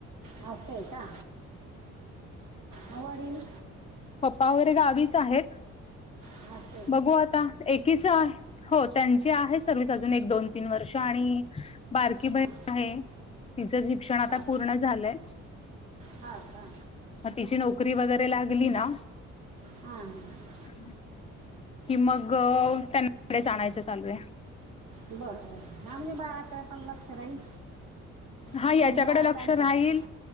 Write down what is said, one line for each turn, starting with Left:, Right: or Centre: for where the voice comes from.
Right: असं आहे का, मग वडील?
Left: पप्पा वगैरे गावीचं आहेत.
Right: हा
Left: बघू आता, एकीच आ हो त्यांची आहे सर्विस अजून एक दोन तीन वर्ष, आणि बारकी बहीण
Right: हां
Left: आहे. तिचं शिक्षण आता
Right: हां
Left: पूर्ण झालंय.
Right: हां का
Left: मग तिची नोकरी वगैरे लागली ना!
Right: हा ह.
Left: ह <inaudible> कि मग त्यांनाकडेच आणायचं चालू आहे.
Right: बरोबर हा म्हणजे बाळाकडे पण लक्ष राहील.
Left: हा
Right: आणि
Left: याच्याकडे
Right: बा
Left: लक्ष
Right: त्यांचं
Left: राहील,
Right: पण